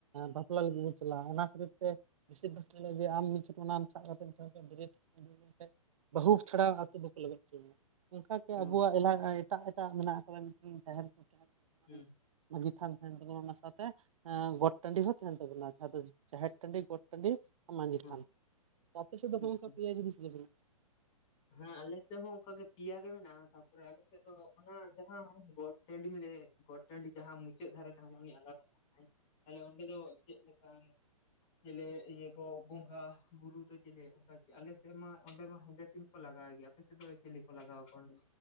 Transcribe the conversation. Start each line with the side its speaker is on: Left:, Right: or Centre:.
Right: ᱵᱟᱯᱞᱟ ᱞᱟᱹᱜᱤᱫ ᱵᱚᱱ ᱪᱟᱞᱟᱜᱼᱟ ᱚᱱᱟ ᱠᱷᱟᱹᱛᱤᱨ ᱛᱮ <inaudible> ᱥᱟᱵ ᱠᱟᱛᱮ <inaudible> ᱢᱮᱱᱠᱷᱟᱱ ᱵᱟᱹᱦᱩ ᱪᱷᱟᱲᱟ ᱟᱛᱳ ᱫᱚᱠᱚ <inaudible> ᱚᱱᱠᱟᱜᱮ
Left: ᱦᱩᱸ
Right: ᱟᱵᱚᱣᱟᱜ <unintelligible> ᱮᱴᱟᱜ ᱮᱴᱟᱜ ᱢᱮᱱᱟᱜ ᱠᱟᱫᱟ ᱢᱤᱫᱴᱮᱱ ᱡᱟᱦᱮᱨ ᱠᱚ ᱛᱟᱦᱮᱸᱱ
Left: ᱦᱩᱸ
Right: ᱢᱟᱺᱡᱷᱤ ᱛᱷᱟᱱ ᱛᱟᱦᱮᱱ ᱠᱟᱱᱟ ᱚᱱᱟ ᱥᱟᱶᱛᱮ ᱜᱚᱴ ᱴᱟᱺᱰᱤ ᱦᱚᱸ ᱛᱟᱦᱮᱱ ᱛᱟᱵᱚᱱᱟ ᱡᱟᱸᱦᱟ ᱫᱚ ᱡᱟᱦᱮᱨ ᱴᱟᱺᱰᱤ ᱜᱚᱴ ᱴᱟᱺᱰᱤ ᱢᱟᱺᱡᱷᱤ
Left: ᱦᱩᱸ
Right: ᱛᱷᱟᱱ ᱟᱯᱮ ᱥᱮᱫ ᱫᱚ
Left: ᱦᱩᱸ
Right: ᱦᱚᱸᱜᱼᱚᱭ ᱱᱚᱝᱠᱟ
Left: ᱦᱩᱸ
Right: ᱯᱮᱭᱟ ᱡᱤᱱᱤᱥ ᱜᱮ ᱢᱮᱱᱟᱜᱼᱟ
Left: ᱦᱮᱸ ᱟᱞᱮᱥᱮᱫ ᱦᱚᱸ ᱚᱱᱠᱟ ᱜᱮ ᱯᱮᱭᱟ ᱜᱮ ᱢᱮᱱᱟᱜᱼᱟ ᱛᱟᱯᱚᱨᱮ ᱟᱞᱮᱥᱮᱫ ᱫᱚ ᱚᱱᱟ ᱡᱟᱦᱟᱸ ᱜᱚᱲ ᱴᱟᱺᱰᱤᱢ ᱞᱟᱹᱭ ᱜᱚᱴ ᱴᱟᱺᱰᱤ ᱡᱟᱦᱟᱸ ᱢᱩᱪᱟᱹᱫ ᱫᱷᱟᱨᱮ ᱛᱟᱦᱮᱱᱟ ᱩᱱᱤ ᱟᱞᱟᱫᱟ ᱛᱟᱦᱮᱱᱟᱭ ᱟᱞᱮ ᱚᱸᱰᱮ ᱫᱚ ᱪᱮᱫ ᱞᱮᱠᱟ
Right: <inaudible>
Left: ᱪᱮᱞᱮ ᱤᱭᱟᱹ ᱠᱚ ᱵᱚᱸᱜᱟ ᱵᱩᱨᱩ ᱫᱚ ᱪᱮᱞᱮ ᱚᱱᱠᱟ ᱟᱞᱮᱥᱮᱫ ᱢᱟ ᱚᱸᱰᱮ ᱢᱟ ᱦᱮᱸᱫ ᱥᱮᱱ ᱞᱟᱜᱟᱭ ᱜᱮᱭᱟ ᱟᱯᱮᱥᱮᱫ ᱫᱚ ᱪᱮᱞᱮ ᱠᱚ ᱞᱟᱜᱟᱣ ᱠᱚᱣᱟ <inaudible>